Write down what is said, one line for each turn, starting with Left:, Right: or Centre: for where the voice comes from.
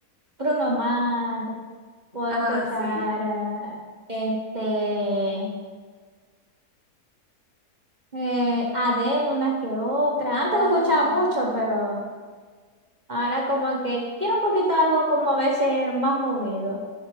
Right: Bruno Mars, puedo escuchar
Left: ah, sí,
Right: eh, este eh, Adele una que otra.
Left: ajá,
Right: Antes la escuchaba mucho, pero ahora como que quiero un poquito algo como a veces más movido.